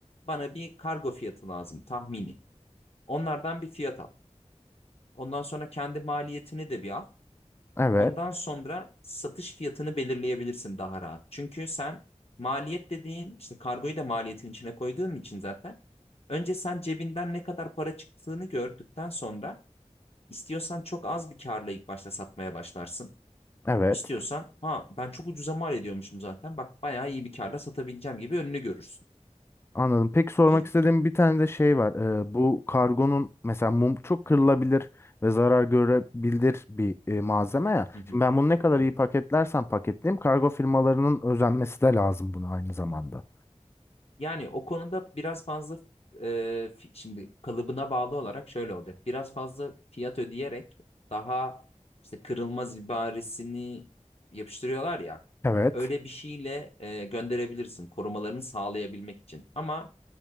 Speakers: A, on the left; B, on the left.
A: bana bir kargo fiyatı lazım tahmini. Onlardan bir fiyat al. Ondan sonra kendi maliyetini de bir al.
B: Evet.
A: Ondan sonra satış fiyatını belirleyebilirsin daha rahat. Çünkü sen maliyet dediğin işte kargoyu da maliyetin içine koyduğun için zaten önce sen cebinden ne kadar para çıktığını gördükten sonra istiyorsan çok az bir karla ilk başta satmaya başlarsın.
B: Evet.
A: İstiyorsan ha ben çok ucuza mal ediyormuşum zaten bak bayağı iyi bir karla satabileceğim gibi önünü görürsün.
B: Anladım. Peki sormak
A: İlk
B: istediğim bir tane de şey var. Ee, bu kargonun mesela mum çok kırılabilir ve zarar görebilir bir e, malzeme ya.
A: Hı hı,
B: Şimdi ben bunu ne kadar
A: hı
B: iyi
A: hı.
B: paketlersem paketleyeyim kargo firmalarının özenmesi de lazım buna aynı zamanda.
A: Yani o konuda biraz fazla e, fi- şimdi kalıbına bağlı olarak şöyle olacak. Biraz fazla fiyat ödeyerek daha işte kırılmaz ibaresini yapıştırıyorlar ya.
B: Evet.
A: Öyle bir şeyle e, gönderebilirsin korumalarını sağlayabilmek için. Ama